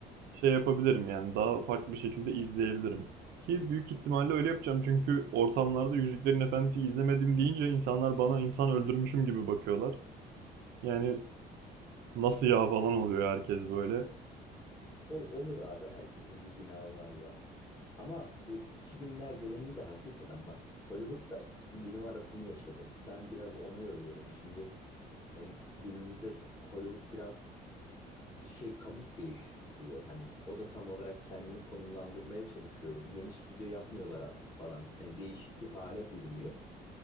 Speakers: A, on the right (about 70°); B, on the left (about 20°).
A: şey yapabilirim yani daha farklı bir şekilde izleyebilirim. Ki büyük ihtimalle öyle yapacağım çünkü ortamlarda Yüzüklerin Efendisi izlemedim deyince insanlar bana insan öldürmüşüm gibi bakıyorlar. Yani nasıl ya falan oluyor herkes böyle.
B: O, olur abi herkesin bir günahı var ya. Ama bu 2000'ler döneminde hakikaten bak Hollywood da Nirvana'sını yaşadı. Ben biraz ona yoruyorum. Şimdi e, günümüzde Hollywood biraz şey kabuk değiştiriyor. Hani o da tam olarak kendini konumlandırmaya çalışıyor. Yeni stüdyo yapmıyorlar artık falan. Hani değişik bir hale bürünüyor.